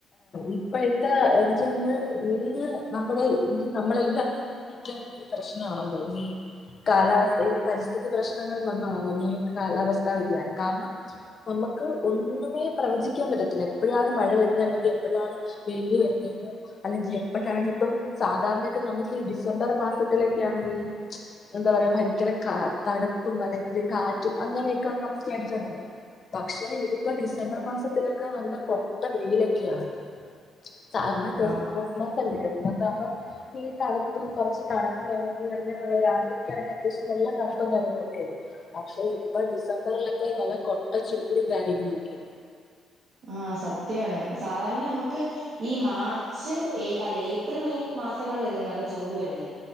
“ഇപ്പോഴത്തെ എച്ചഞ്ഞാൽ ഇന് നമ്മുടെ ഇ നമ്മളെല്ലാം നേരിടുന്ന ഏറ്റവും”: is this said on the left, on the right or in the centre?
Left